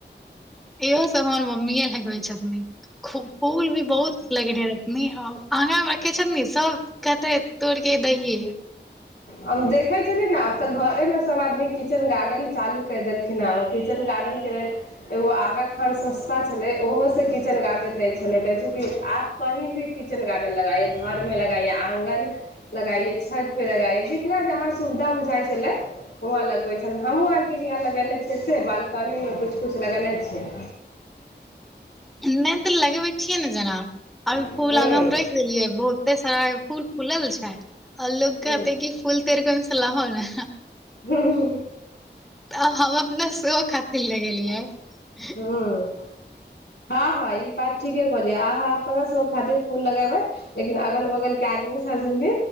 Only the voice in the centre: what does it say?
इहो सभ हमर मम्मी ए लगाबै छथिन। खूब फूल भी बहुत लगेने रहथिन आ आगा मे किचेन मे सब। कते तोड़िके देलियै।
नो तऽ लगेबे छियै ने जेना, अभी
फूल आगां मे रहियै बहुते सारा फूल फुलल छै और लोग
कहतै कि फुलतौर के छलाहो ने
तऽ हम अपना सेहो खातिर लगेलियै। <inaudible>